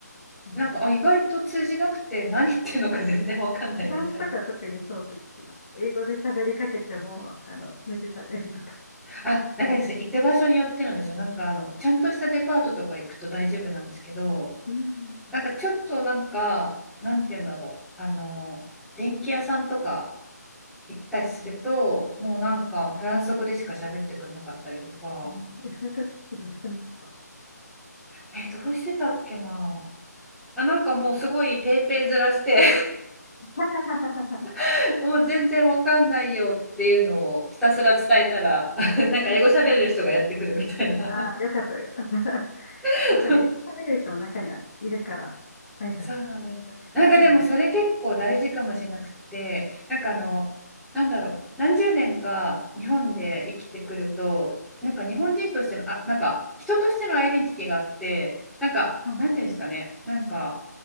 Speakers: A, on the left; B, in the centre.
A: うん。
B: なんか、あ、意外と通じなくて何言ってるのか全然わかんないみたいな。
A: フランスとかは特にそうと聞きます。英語で喋りかけても、あの、無視されるとか
B: あ、なんかですね、
A: 聞いたこと。
B: 行く場所によってなんですよ。なんかあの、ちゃんとしたデパートとか行くと大丈夫なんですけど、
A: うんうん
B: なんかちょっとなんか、なんて言うんだろう。あの、電気屋さんとか行ったりすると、
A: うん
B: もうなんかフランス語でしか喋ってくれなかったりとか、
A: うんえそういう時どうしてました
B: え、どうしてたっけな。あ、なんかもうすごいペーペーずらして
A: <laughs>
B: <laughs> もう全然わかんないよっていうのをひたすら伝えたら <laughs> なんか英語喋れる人がやってくるみたいな
A: うんうんああー、よかったよかった。<laughs>
B: <laughs>
A: やっぱり、食べれる人も中にはいるから、大丈夫。
B: そうなんですよ。なんかでもそれ結構大事かもしれなくて、
A: うん。
B: なんかあの、
A: うん。
B: なんだろう、何十年か日本で生きてくると、なんか日本人としての、あ、なんか人としてのアイデンティティがあって、なんか、
A: うん。
B: なんていうんですかね、なんか